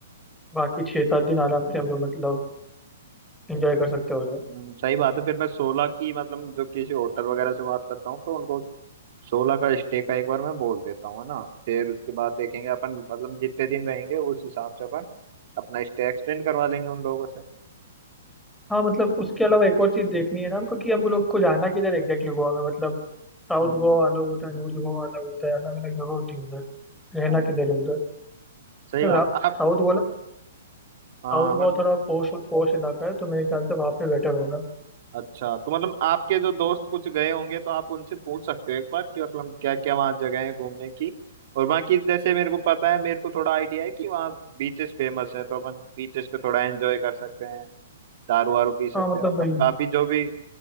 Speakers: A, in the centre; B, on the right.
A: बाकी छः सात दिन आराम से हम लोग मतलब इंजॉय कर सकते हो उधर।
B: हम्म, सही बात है फिर मैं सोलह की मतलब जो किसी होटल वगैरह से बात करता हूँ तो उनको सोलह का स्टे का एक बार मैं बोल देता हूँ है ना फिर उसके बाद देखेंगे अपन मतलब जितने दिन रहेंगे उस हिसाब से अपन अपना स्टे एक्सटेंड करवा लेंगे उन लोगों से
A: हाँ मतलब उसके अलावा एक और चीज़ देखनी है ना हमको कि हम लोग को जाना किधर एग्जैक्टली गोवा में मतलब साउथ
B: हम्म
A: गोवा अलग होता है नॉर्थ गोवा अलग होता है अलग अलग जगह होती है उधर रहना
B: हाँ
A: किधर है उधर
B: सही
A: मतलब
B: बात आप
A: साउथ
B: हाँ
A: साउथ गोवा
B: मतलब
A: थोड़ा पॉश और पॉश इलाका है तो मेरे ख्याल से वहाँ पे बेटर होगा
B: अच्छा तो मतलब आपके जो दोस्त कुछ गए होंगे तो आप उनसे पूछ सकते हो एक बार कि मतलब क्या क्या वहाँ जगह है घूमने की और बाकी जैसे मेरे को पता है मेरे को थोड़ा आइडिया है कि वहाँ बीचेस फेमस है तो अपन बीचेस पे थोड़ा एंजॉय कर सकते हैं दारू वारू पी सकते
A: हाँ मतलब
B: हैं मतलब
A: वही
B: काफी जो भी